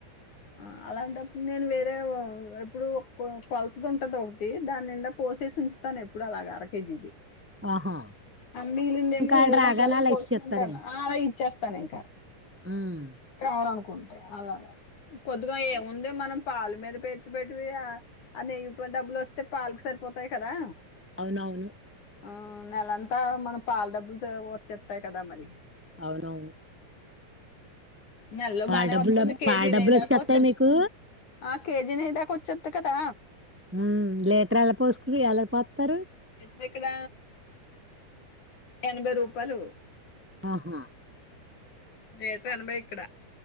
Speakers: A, on the left (about 50°); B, in the centre.
A: అ అలాంటప్ నేను వేరే వా ఎప్పుడు కొ కొల్తుద్ ఉంటద్ ఒకటి దాని నిండా పోసేసుంచ్ స్తాన్ ఎప్పుడలాగ అరకేజీది
B: ఆహా
A: అన్నిలీందేమో
B: ఇంకా ఆళ్ళు
A: వేరే
B: రాగానే
A: డబ్బాలో
B: అలా
A: పోసుకుంటాన్నా
B: ఇచ్చేస్తారేమో
A: ఆ ఇచ్చేస్తానింకా
B: ఉమ్
A: కావరనుకుంటే అలాగ కొద్దిగా ఏమో ముందే మనం పాల్ మీద పెట్తి పెట్ వియా అ నెయ్యి పొ డబ్బులొస్తే పాలక్ సరిపోతాయి కదా
B: అవునవును
A: ఆ నెలంతా మనం పాల్ డబ్బుల్ తే వచ్చేతై కదా మరి
B: అవునవును
A: నెల్లో
B: పాల
A: బానే
B: డబ్బులు
A: వొత్తుంది కేజీ
B: పాల డబ్బులు
A: నెయి
B: వచ్చేస్తాయి
A: దాకా వొచ్చీద్ది
B: మీకు
A: ఆ కేజీ నెయ్యి దాకా ఒచ్చిది కదా
B: ఉమ్ లీట్రు ఎలాపోస్తుంది ఎలాపోత్తరు
A: విక్న ఎనభై రూపాలు
B: ఆహా
A: లీట్రు ఎనభై ఇక్కడ